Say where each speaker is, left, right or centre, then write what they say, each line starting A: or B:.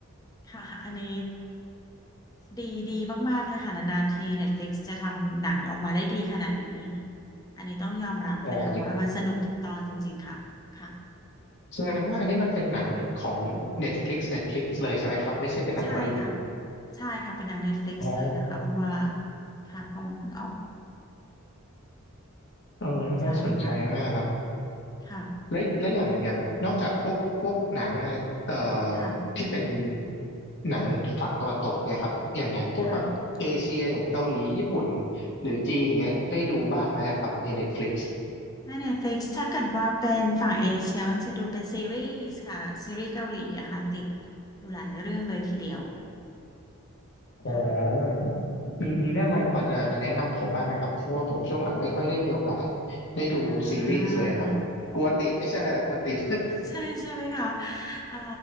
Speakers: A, on the left (about 15°); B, on the left (about 50°).
A: ค่ะอันนี้ดีดีมากๆเลยค่ะนานๆที Netflix จะทำหนังออกมาได้ดีขนาดนี้อันนี้ต้องยอมรับเลยค่ะว่ามันสนุกทุกตอนจริงๆค่ะค่ะ
B: <laughs> อ๋อที่แสดงว่าอันนี้มันเป็นหนังของ Netflix Netflix เลยใช่ไหมครับไม่ใช่เป็นหนังฮอลลีวูด
A: ใช่ค่ะ ใช่ค่ะเป็นหนัง Netflix
B: อ๋อ
A: เลยนะคะอ้นว่าค่ะเพอเพิ่งออก
B: เออน่าสนใจมากครับ
A: ใช่ค่ะค่ะ
B: และและอย่างอย่างนอกจากพวกพวกหนังอะเอ่อที่เป็น
A: ค่ะ
B: หนังฝั่งตะวันตกเนี่ยครับอย่างหนังพวกแบบเอเชียอย่างเกาหลีญี่ปุ่น
A: ค่ะ
B: หรือจีนเนี้ยได้ดูบ้างไหมอะครับใน Netflix
A: ใน Netflix ถ้าเกิดว่าเป็นฝั่งเอเชียมันจะดูเป็นซีรีส์ค่ะซีรีส์เกาหลีอะค่ะติดอยู่หลายเรื่องเลยทีเดียว
B: อ๋อ
A: ค่ะ
B: มีมีเรื่องอะไรพอจะแนะนำผมบ้างไหมครับเพราะว่าผมช่วงหลังไม่ค่อยได้มีโอกาสได้ดูซีรีส์เลยครับกลัวติดไม่ใช่อะไรหรอกกลัวติด
A: อ่า ใช่ใช่ไหมคะเอ่อ